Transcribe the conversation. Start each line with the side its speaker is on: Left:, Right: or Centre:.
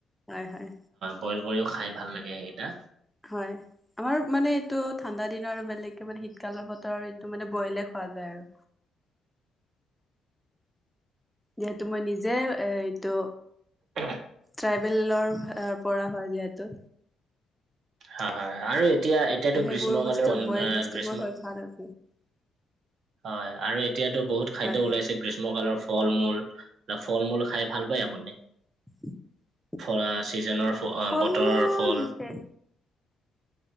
Centre: হয় হয়।
Right: বইল কৰিও খাই ভাল লাগে সেইকেইটা।
Centre: হয় আমাৰ মানে এইটো ঠাণ্ডা দিনৰ বেলেগকে মানে শীতকালৰ বতৰ এইটো মানে বইলে খোৱা যায় আৰু যিহেতু মই নিজে এ এইটো
Right: <inaudible>
Centre: ট্ৰাইবেলৰ পৰা হয় যিহেতু
Right: হয়, হয়, আৰু এতিয়া এতিয়াতো
Centre: ত' সেইবোৰ
Right: গ্ৰীষ্ম
Centre: বস্তু
Right: কালৰ
Centre: বইল
Right: গ্ৰীষ্ম
Centre: <inaudible>
Right: হয়, আৰু এতিয়াতো বহুত খাদ্য
Centre: হয়।
Right: ওলাইছে গ্ৰীষ্ম কালৰ। ফল মূল ন ফল মূল খাই ভাল পায় আপুনি?
Centre: <inaudible>
Right: ফল চিজনৰ
Centre: ফল
Right: বতৰৰ
Centre: মূল
Right: ফল
Centre: বিশেষ